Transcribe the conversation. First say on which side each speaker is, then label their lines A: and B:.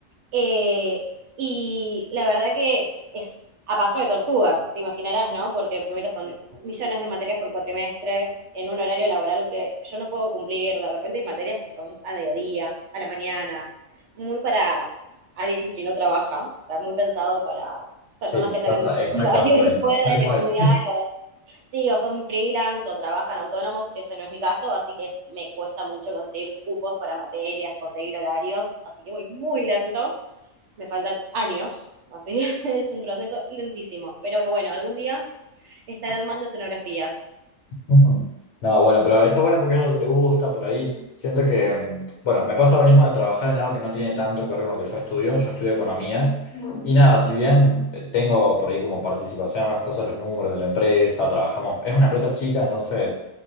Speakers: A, on the right; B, on the left.
A: Eh, y la verdad que es a paso de tortuga, te imaginarás, ¿no? Porque primero son millones de materias por cuatrimestre, en un horario laboral que yo no puedo cumplir. De repente hay materias que son al mediodía, a la mañana, muy para alguien que no trabaja, está muy pensado para personas
B: Sí, me
A: que salen
B: pasa
A: del secundario
B: exactamente
A: y
B: lo mismo.
A: pueden
B: Tal cual.
A: estudiar, sí, o son freelance o trabajan autónomos, ese no es mi caso, así que es, me cuesta mucho conseguir cupos para materias, conseguir horarios, así que voy muy lento me faltan años, así <laughs> es un proceso lentísimo. Pero bueno, algún día estaré armando escenografías.
B: Ujú. No, bueno, pero está bueno porque es algo que te gusta por ahí. Siento que, mm, bueno, me pasa lo mismo de trabajar en algo que no tiene tanto que ver con lo que yo estudio. Yo estudio economía y nada, si bien eh, tengo por ahí como participación en algunas cosas, los números de la empresa, trabajamos, es una empresa chica, entonces